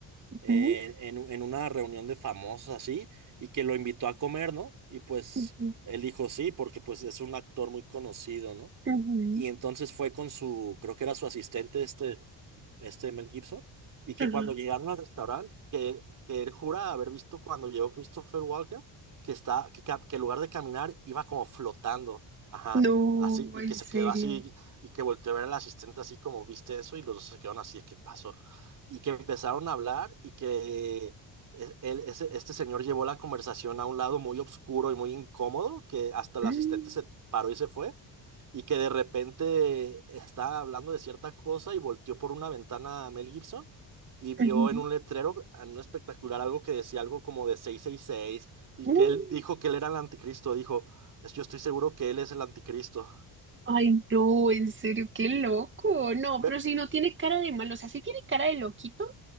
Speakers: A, on the right; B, on the right.
A: Ujú,
B: en, en en una reunión de famosos así, y que lo invitó a comer, ¿no? Y pues
A: ujú,
B: él dijo sí, porque pues es un actor muy conocido, ¿no?
A: ujú,
B: Y entonces fue con su, creo que era su asistente, este, este Mel Gibson, y que
A: ajá.
B: cuando llegaron al restaurante, que, que él jura haber visto cuando llegó Christopher Walken, que está, que, ca- que en lugar de caminar iba como flotando, ajá,
A: No,
B: así, y
A: en
B: que se
A: serio.
B: quedó así, y que volteó a ver al asistente así como, ¿viste eso? Y los dos se quedaron así, ¿qué pasó? Y que empezaron a hablar y que e- él- ese- este señor llevó la conversación a un lado muy oscuro y muy incómodo, que hasta el
A: Mm,
B: asistente se paró y se fue y que de repente estaba hablando de cierta cosa y volteó por una ventana a Mel Gibson y vio
A: ujú,
B: en un letrero, en un espectacular, algo que decía algo como de seiscientos sesenta y seis y
A: mm.
B: que él dijo que él era el anticristo, dijo, "Es- yo estoy seguro que él es el anticristo.
A: Ay, no, en serio, qué loco. No,
B: Ve-
A: pero si no tiene cara de malo, o sea, sí tiene cara de loquito,